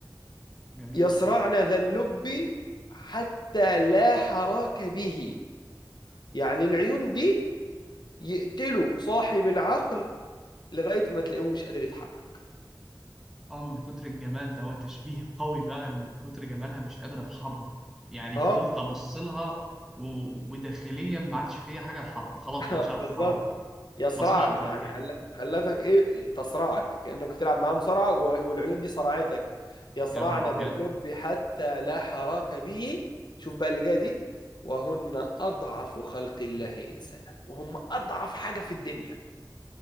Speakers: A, in the centre; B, on the left.
A: جميل
B: يصرعن ذا اللب حتى لا حراك به يعني العيون دي يقتلوا صاحب العقل لغاية ما تلاقيه مش قادر يتحرك
A: اه من كتر الجمال ده هو تشبيه قوي بقى ان من كتر جمالها مش قادرة اتحرك يعني
B: اه
A: فضلت ابص لها و... وداخليا ما عادش فيها حاجة حر... خلاص
B: <laughs>
A: ما عادش عارف
B: بالظبط
A: اتحرك
B: يصرعن
A: مسمرت
B: يعني
A: مكاني
B: خل... خلتك ايه تصرعك كأنك بتلعب معاه مصارعة و... والعيون دي صرعتك يصرعن
A: يا نهار ابيض
B: ذا اللب حتى لا حراك به شوف بقى اللي جايه دي وهن أضعف خلق الله إنسانا وهم أضعف حاجة في الدنيا